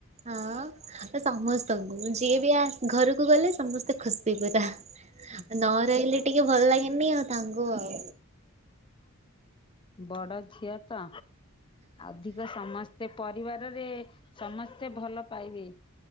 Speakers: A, on the right; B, on the left.
A: ହଁ ଅ ସମସ୍ତଙ୍କୁ, ଯିଏ ବି ଆ ଘରକୁ ଗଲେ ସମସ୍ତେ ଖୁସି ପୁରା। ନ ରହିଲେ ଟିକେ ଭଲ ଲାଗେନି ଆଉ ତାଙ୍କୁ ଆଉ।
B: ବଡ ଝିଅ ତ, ଅଧିକ ସମସ୍ତ ସେ ପରିବାରରେ ସମସ୍ତେ ଭଲ ପାଇବେ।